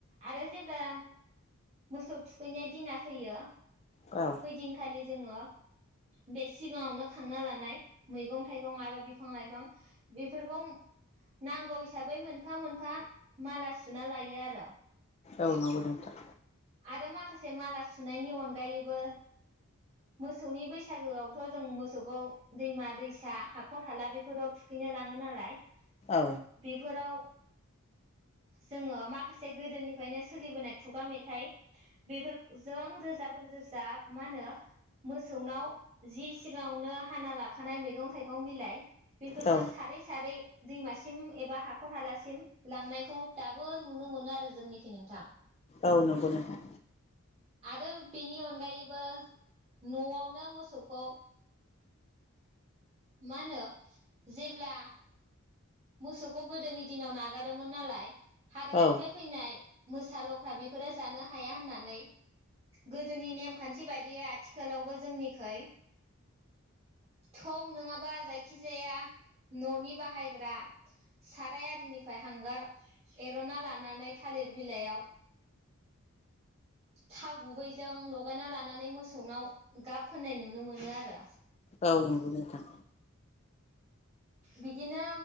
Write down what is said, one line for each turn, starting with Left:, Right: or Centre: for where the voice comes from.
Right: आरो जेब्ला मोसौ थुखैनाय दिना फैयो।
Left: औ
Right: हैइदिनखालि जोङो। बे सिगाङावनो खांना लानाय मैगं थाइगं आरो बिफां लाइफां बेफोरखौ नांगौ हिसाबै मोनफा मोनफा माला सुना लायो आरो
Left: औ नंगौ नोंथां।
Right: आरो माखासे माला सुनायनि अनगायैबो मोसौनि बैसागोआवथ' जों मोसौखौ दैमा दैसा हाखर हाला बेफोराव थुखैनो लाङो नालाय।
Left: औ
Right: बेफोराव जोङो माखासे गोदोनिफ्रायनो सोलिबोनाय खुगा मेथाइ बेफोरखौ जों रोजाब रोजाब मा होनो मोसौनाव जि सिगाङावनो हाना लाखानाय मैगं थाइगं बिलाइ बेफोरजों
Left: औ
Right: सारै सारै दैमासिम एबा हाखर हालासिम लांनायखौ दाबो नुनो मोनो आरो जोंनिखै नोंथां
Left: औ नंगौ नोंथां
Right: आरो बिनि अनगायैबो न'आवनो मोसौखौ मा होनो जेब्ला मोसौखौ गोदोनि दिनाव नागारोमोन नालाय हाग्रानिफ्राय
Left: औ
Right: फैनाय मोसा लख्रा बेफोरो जानो हाया होननानै गोदोनि नेमखान्थि बायदियै आथिखालावबो जोंनिखै थौ नङाबा जायखिजाया ननि बाहायग्रा साराय आरिनिफ्राय हांगार एर'नना लानानै थालिर बिलाइयाव थाव गुबैजों लगायना लानानै मोसौनाव गाब फोननाय नुनो मोनो आरो
Left: औ नंगौ नोंथां
Right: बिदिनो